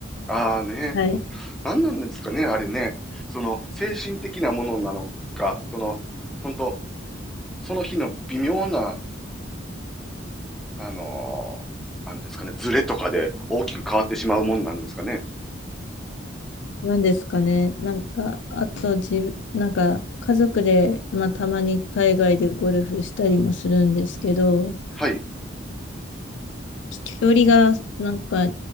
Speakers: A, in the centre; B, on the left.
A: ああね。
B: はい。
A: 何なんですかね、あれね。その、精神的なものなのか、その、本当その日の微妙な、あのーなんですかね、ズレとかで大きく変わってしまうもんなんですかね。
B: なんですかね。なんか、あと自、なんか、家族で、まあ、たまに海外でゴルフしたりもするんですけど、
A: はい。
B: 飛距離が、なんか、